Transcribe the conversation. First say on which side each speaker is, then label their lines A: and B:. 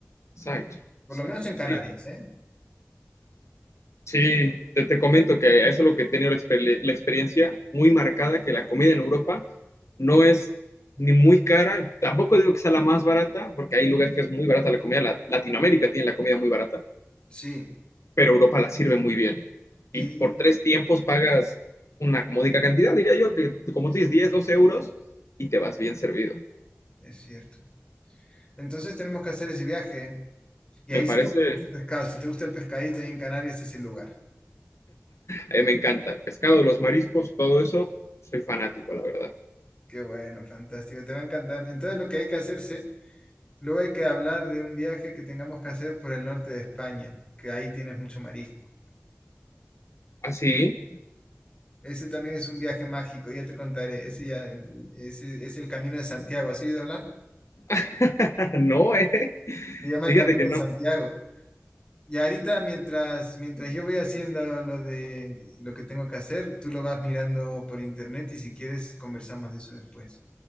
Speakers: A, on the left (about 80°); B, on the left (about 20°).
A: Exacto,
B: por
A: exacto.
B: lo menos en Canarias,
A: Digo,
B: ¿eh?
A: Sí, te, te comento que eso es lo que he tenido la, exper- la experiencia muy marcada, que la comida en Europa no es ni muy cara, tampoco digo que sea la más barata, porque hay lugares que es muy barata la comida, la- Latinoamérica tiene la comida muy barata,
B: Sí,
A: pero Europa la sirve muy bien.
B: y,
A: Y por
B: y
A: tres tiempos pagas una módica cantidad, diría yo, que como
B: es
A: tú dices,
B: cierto,
A: 10, 12 euros y te vas bien servido.
B: es cierto. Entonces tenemos que hacer ese viaje y
A: Me
B: ahí
A: parece
B: se come mucho pescado, si te gusta el pescadito ahí en Canarias es el lugar.
A: A mí me encanta el pescado, los mariscos, todo eso. Soy fanático, la verdad.
B: Qué bueno, fantástico, te va a encantar. Entonces lo que hay que hacerse Luego hay que hablar de un viaje que tengamos que hacer por el norte de España, que ahí tienes mucho marisco.
A: Así,
B: Ese también es un viaje mágico, ya te contaré. Ese, ya, ese es el Camino de Santiago. ¿Has oído hablar?
A: <laughs> no, ¿eh?
B: Se llama el
A: Fíjate
B: Camino
A: que
B: de
A: no.
B: Santiago. Y ahorita, mientras, mientras yo voy haciendo lo de lo que tengo que hacer, tú lo vas mirando por internet y si quieres conversamos de eso después.